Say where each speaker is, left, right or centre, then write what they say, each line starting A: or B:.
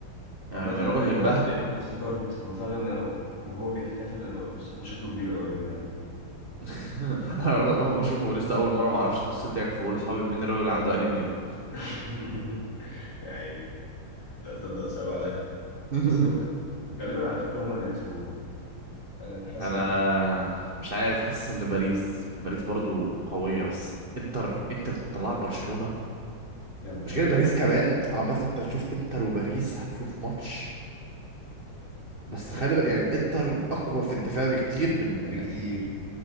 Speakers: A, on the left; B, on the right.
A: عامة
B: يعني الراجل
A: أيوة
B: متبهدل
A: أنا ف- أنا افتكرت هو فعلا أنا وهو بيحتفل أنا قلت صاحبي شكله كبير أوي يا جدعان
B: <laughs> انا انا بشوفه لسه اول مره ما اعرفش قصته يعني فبقول لاصحابي مين الراجل اللي عنده انيميا ده
A: <laughs> يا عيني لا تصدق صعب عليا
B: <laughs>
A: بس هو غالبا على فكرة هما اللي هيكسبوها أنا حاسس
B: انا
A: أنت
B: مش عارف حاسس ان باريس باريس برضو قوية بس انتر انتر تطلع برشلونة
A: يا نهار
B: مش كده
A: أبيض
B: باريس كمان عامة انت هتشوف انتر وباريس هتشوف ماتش بس خلي بقى يعني انتر اقوى في الدفاع بكتير من
A: بكتير